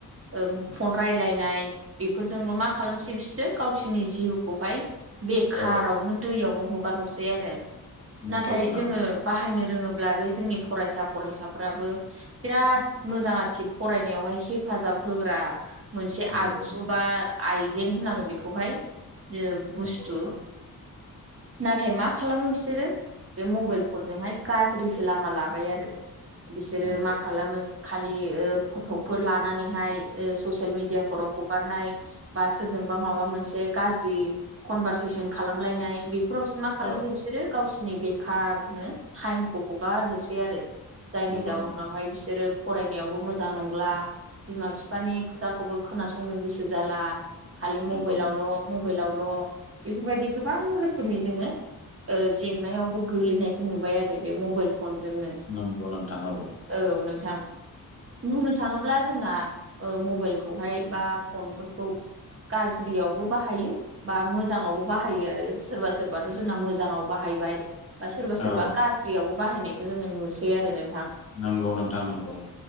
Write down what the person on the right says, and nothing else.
ओ फन रायलायनाय बेफोरजोंल' मा खालामसै बिसोरो गावसोरनि जिउखौहाय बेखारावनो
दैयावनो हगार हरसै आरो
नाथाय जोंङो। बाहायनो रोंङोब्ला बे जोंनि फरायसा फरायसाफ्राबो बिराद मोजां आरोखि फरायनायावहाय हेफाजाब होग्रा मोनसे
आगजु
बा। आइजें होनांगो बेखौहाय ओ
बुस्थु
नाथाय मा खालामो बिसोरो बे मबाइल फनजोंहाय गाज्रिसो लामा लाबाय आरो। बिसोरो
मा
खालामो? खालि ओ फट'फोर लानानैहाय ओ ससियेल मिडियाफोराव हगारनाय। बा सोरजोंबा माबा मोनसे गाज्रि कनभारसेसन खालामलायनाय बे बेफोरावसो मा खालामसै
बिसोरो गावसोरनि बेखार नो टाइमखौ हगारजोबसै आरो। जायनि
जाउनावहाय
बिसोरो फरायनायावबो मोजां नंला बिमा बिफानि खोथाखौबो खोनासंनो गोसो जाला खालि
मबाइलावल'
मबाइलावल' बेफोरबायदि गोबां रोखोमनि जोंङों ओ जेंनायावबो गोलैनायखौ नुबाय आरो बे मबाइल फनजोंनो।
औ नोंथां। बुंनो थाङोब्ला जोंना ओ मबाइलखौहाय बा फनफोरखौ गाज्रियावबो बाहायो। बा मोजाङावबो बाहायो आरो सोरबा सोरबाथ' जोंना मोजांङाव बाहायबाय। बा सोरबा सोरबा
गाज्रियावबो बाहायनायखौ जोंङो नुसै आरो नोंथां